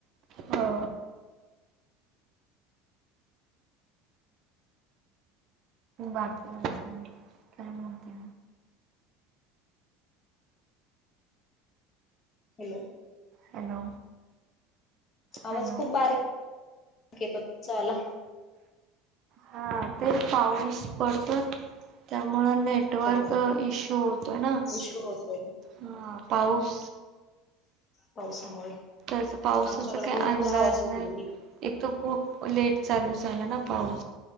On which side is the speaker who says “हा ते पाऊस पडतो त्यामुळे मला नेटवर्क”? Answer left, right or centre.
Right